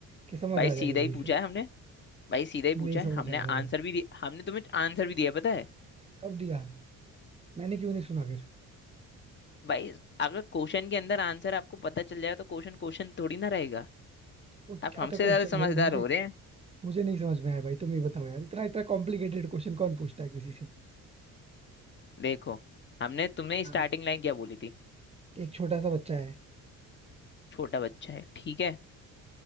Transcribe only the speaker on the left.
भाई
सीधा
ही पूछा
है हमने भाई सीधा ही
पूछा
है हमने
आंसर भी दिया हमने तुम्हें आंसर भी दिया पता है
भाई अगर क्वेश्चन के अंदर आंसर आपको पता चल जाए तो क्वेश्चन क्वेश्चन थोड़ी ना रहेगा
आप
हमसे
ज्यादा समझदार
हो रहे हैं
देखो हमने तुमने
स्टार्टिंग लाइन क्या बोली थी
छोटा बच्चा है ठीक है